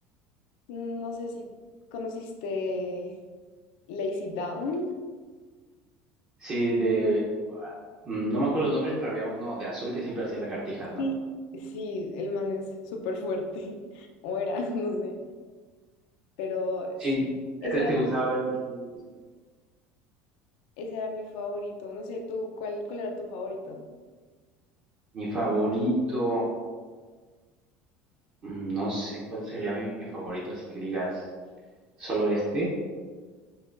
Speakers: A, on the left (about 80°); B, on the right (about 30°).
A: No sé si conociste Lazy Down.
B: Sí, de... ah, mm, No me acuerdo los nombres, pero había uno de azul que siempre hacía lagartijas, ¿no?
A: Sí. Sí, el man es súper fuerte, <laughs> o era, <laughs> no sé, pero
B: Sí,
A: sí, ese
B: ¿a ti
A: era,
B: te gustaba ver mucho el musical?
A: ese era mi favorito, no sé, tú, ¿cuál, cuál era tu favorito?
B: Mi favorito, mm, no sé cuál sería mi favorito, así que digas, solo este.